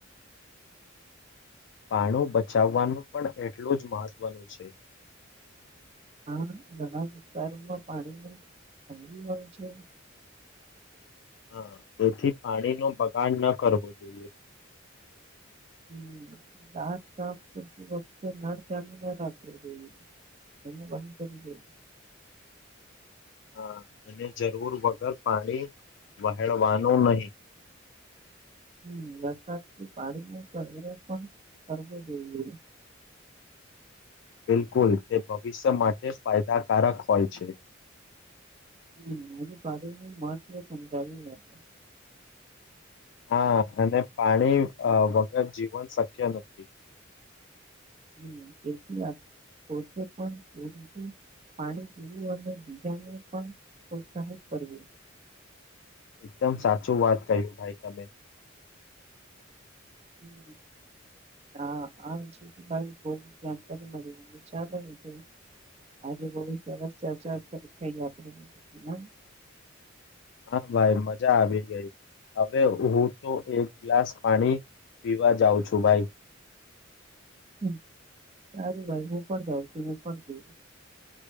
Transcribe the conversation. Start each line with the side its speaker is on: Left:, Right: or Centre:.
Left: પાણું બચાવવાનું પણ એટલું જ મહત્વનું છે.
Right: હા ઘણા વિસ્તારોમાં પાણીની તંગી હોય છે
Left: હા તેથી પાણીનો બગાડ ન કરવો જોઈએ.
Right: હમ દાંત સાફ કરતી વખતે નળ ચાલુ ન રાખવો જોઈએ એને બંધ કરી જો
Left: <unintelligible> હા અને જરૂર વગર પાણી વહેળવાનું નહી <unintelligible>
Right: હમ વરસાદથી પાણી ન સંગ્ર પણ કરવો જોઈએ
Left: <unintelligible> બિલકુલ તે ભવિષ્ય માટે ફાયદાકારક હોય છે.
Right: હમ આજુ પાડીને માત્ર સમજાવ લાગે
Left: હા અને પાણી અ વગર જીવન શક્ય નથી
Right: હમ તેથી પોતે પણ પૂરું પાણી પીવું અને બીજાને પણ પ્રોત્સાહિત કરવું
Left: એકદમ સાચું વાત કહ્યું ભાઈ તમે
Right: હમ. હા આ જ ભાઈ બહુ જાણકારી મળી ચાલે ને તો આજે બહુ સરસ ચર્ચા થઈ આપણે
Left: હા ભાઈ મજા આવી ગઈ હવે હું તો એક ગ્લાસ પાણી પીવા જાઉં છું ભાઈ
Right: હ સારું ભાઈ હું પણ જાઉં છું મે પણ